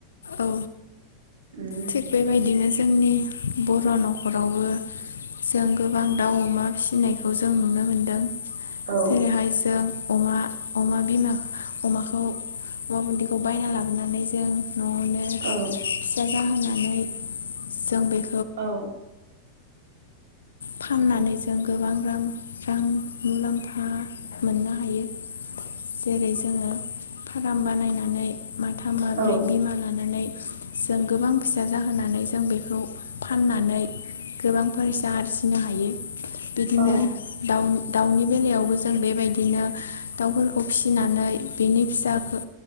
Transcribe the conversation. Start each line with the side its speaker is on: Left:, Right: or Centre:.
Left: औ
Right: उम
Left: थिग बेबायदिनो जोंनि बर' न'खरावबो जों गोबां दाउ अमा फिसिनायखौ जों नुनो मोनदों।
Right: औ
Left: जेरैहाय जों अमा अमा बिमा खौ अमा बुन्दैखौ बायना लाबोनानै जों न'आवनो
Right: औ।
Left: फिसा जाहोनानै जों बे
Right: औ
Left: फाननानै जों गोबां रां रां मुलाम्फा मोननो हायो। जेरै जोङो फार्म बानायनानै माथाम माब्रै
Right: औ
Left: बिमा लानानै जों गोबां फिसा जाहोनानै जों बेखौ फाननानै गोबां फैसा आरजि हायो बिदिनो
Right: औ
Left: दाउ दाउनि बेलायावबो जों बेबायदिनो। दाउफोरखौ फिसिनानै बेनि फिसाखौ